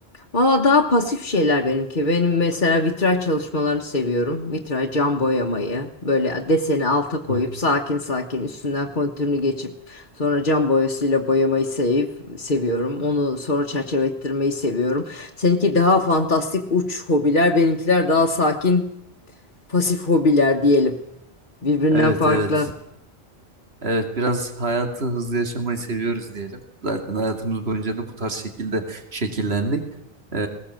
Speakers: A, on the left; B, on the right.
A: Valla daha pasif şeyler benimki. Benim mesela vitray çalışmalarını seviyorum. Vitray cam boyamayı. Böyle deseni alta koyup
B: Evet.
A: sakin sakin üstünden kontürünü geçip sonra cam boyasıyla boyamayı sevip seviyorum. Onu sonra çerçeve ettirmeyi seviyorum. Seninki daha fantastik uç hobiler, benimkiler daha sakin pasif hobiler diyelim. Birbirinden
B: Evet
A: farklı.
B: evet. Evet, biraz hayatı hızlı yaşamayı seviyoruz diyelim. Zaten hayatımız boyunca da bu tarz şekilde şekillendik. Ee,